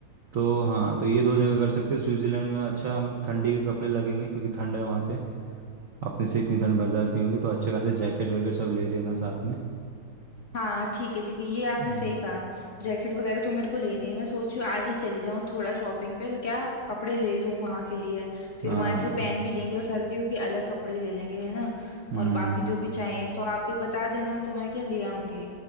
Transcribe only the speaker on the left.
हाँ ठीक है ठीक है ये आपने
सही कहा जैकेट वगैरह तो मेरे को लेनी है मैं सोच रही हूँ आज ही चली जाऊँ थोड़ा शॉपिंग पे तो क्या कपड़े ले लूँ वहाँ के लिए फिर
वहाँ से पहन भी लेंगे और सर्दियों के अलग कपड़े ले लेंगे है ना
और बाकी जो भी चाहिए तो आप भी बता देना तो मैं क्या ले आऊंगी